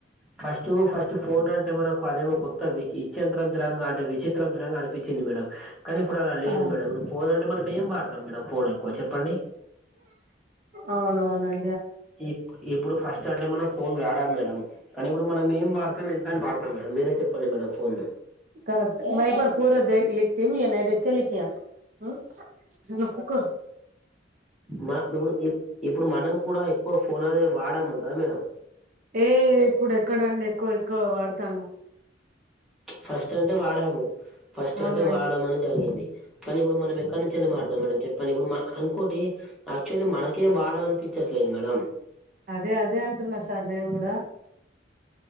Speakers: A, in the centre; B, on the right.
A: ఫస్ట్ ఫస్ట్ ఫోన్ అంటే మనకు అదేమో కొ ఇచ్యంత్రం దరంగా అంటే విచిత్రం దరంగా అనిపించింది మేడం కానీ ఇప్పుడు అలా లేదు
B: ఆ
A: మేడం ఇప్పుడు ఫోన్ అంటే మనం ఏం వాడతాం మేడమ్ ఫోన్ ఎక్కువ చెప్పండి
B: అవునవునం
A: ఈప్ ఇప్పుడు ఫస్ట్ అంటే మనం ఫోన్ గాడా మేడం కనీ ఇప్పుడు మనం ఏం వాడతాం ఎంతన్ వాడతాం మేడం మీరే చెప్పండి మేడం ఫోన్
B: కరెక్ట్ ఏ మై బర్ పూర దే లిక్తియ్ ఎ మై దేఖ్ తే లిఖియ ఉ జిన కూకర్
A: మ మిప్పుడు ఇప్ ఇప్పుడు మనం కూడా ఎక్కువ ఫోన్ అనే వాడము క మేడం
B: ఏ ఇప్పుడ్ ఎక్కడండి ఎక్కువ ఎక్కువ వాడుతాన్నా
A: ఫస్ట్ అంటే వాడాము ఫస్ట్
B: అవునండి
A: అంటే వాడమని జరిగింది కనీప్పుడు మనం ఎక్కడ్ నుంచెల్ మాడత మేడం చెప్పండి ఇప్పుడు మ ఇంకోటి ఆక్చువల్లీ మనకే వాడ్ అనిపించట్లేదు మేడం
B: అదే అదే అంటున్నా సార్ నేను ఉడా